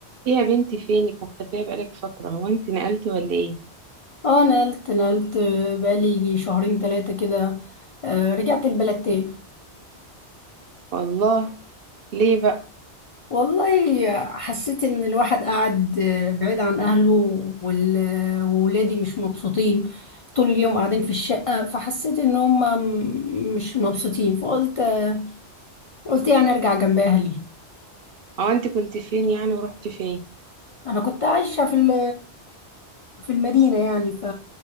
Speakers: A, on the right; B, on the left.
A: ايه يا بنتي فينك مختفية بقالك فترة هو انت نقلتي ولا ايه
B: اه نقلت نقلت بقالي يجي شهرين ثلاثة كده آه، رجعت البلد تاني
A: والله ليه بقى
B: والله حسيت ان الواحد قاعد آه، بعيد عن اهله وال- وولادي مش مبسوطين طول اليوم قاعدين في الشقة فحسيت ان هم م- مش مبسوطين فقلت آه، قلت يعني ارجع جنب اهلي
A: هو انت كنت فين يعني ورحتي فين
B: انا كنت عايشة في ال- في المدينة يعني ف...